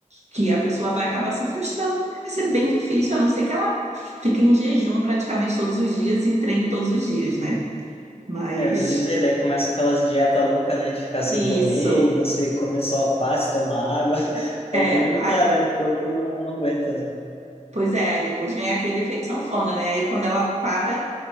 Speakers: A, on the right; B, on the left.
A: que a pessoa vai acabar se frustrando, porque vai ser bem difícil, a não ser que ela fique em jejum praticamente todos os dias e treine todos os dias, né? Mas
B: É, eu ia dizer, daí começa aquelas dietas loucas, né? De ficar sem
A: isso.
B: comer, não sei, comer só alface, tomar água. <laughs> Aí
A: É,
B: também não
A: aí,
B: dá, né? O corpo não, não aguenta, né?
A: pois é, aí depois vem aquele efeito sanfona, né? Aí quando ela para